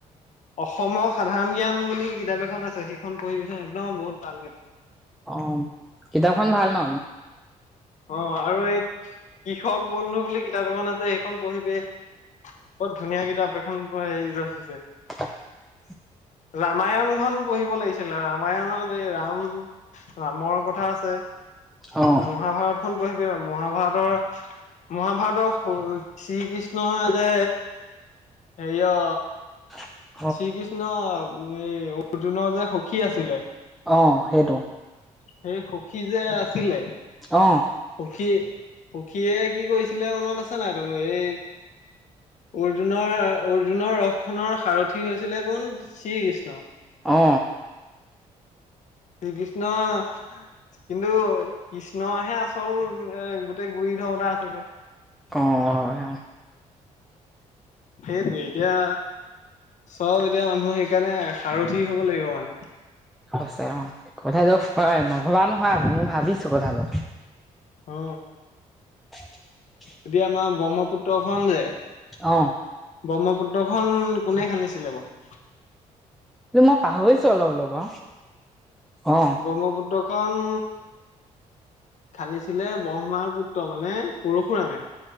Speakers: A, on the left; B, in the centre.
A: অসম সাধাৰণ জ্ঞান বুলি কিতাপ এখন আছে সেইখন পঢ়িবি চোন একদম বহুত ভাল কে
B: অ কিতাপখন ভাল ন?
A: অ আৰু এই কৃষক বন্ধু বুলি কিতাপ এখন আছে সেইখন পঢ়িবি বত ধুনীয়া কিতাপ সেখন পোৰা হেৰি ৰচিছে
B: <inaudible>
A: ৰামায়নখন পঢ়িব লাগিছিলে ৰামায়ণত এই ৰাম ৰামৰ কথা আছে।
B: অ অ অ
A: মহাভাৰতখন পঢ়িবি আৰু মহাভাৰতৰ মহাভাৰতৰ স শ্ৰীকৃষ্ণই যে হেৰিয়
B: <inaudible>
A: শ্ৰীকৃষ্ণ এই অৰ্জুনৰ যে সখী আছিলে
B: অ সেইটো
A: সেই সুখী যে আছিলে
B: অ
A: সুখী সুখীয়ে কি কৰিছিলে মনত আছে নাইতো এই অৰ্জুনৰ অৰ্জুনৰ ৰথ খনৰ সাৰথী হৈছিলে কোন শ্ৰীকৃষ্ণ
B: অ
A: শ্ৰীকৃষ্ণ কিন্তু কৃষ্ণহে আছ হল এ গোটেই গুৰি ধৰোটা আছিলে
B: অ হয় অ
A: সেইটোৱে এতিয়া চব এতিয়া মানুহ সেইকাৰণে সাৰথি হব লাগিব মানে
B: হছে অ কথাটো নভবা নহয় আকৌ মই ভাবিছো কথাটো
A: অ
B: <unintelligible>
A: এতিয়া আমা ব্ৰহ্মপুত্ৰ খন যে
B: অঁ
A: ব্ৰহ্মপুত্ৰখন কোনে খানিছিলে বাঅ
B: কি মই পাহৰিছো অলপ অলপ অ অ
A: ব্ৰহ্মপুত্ৰখন খানিছিলে ব্ৰহ্মাৰ পুত্ৰ মানে পৰশুৰামে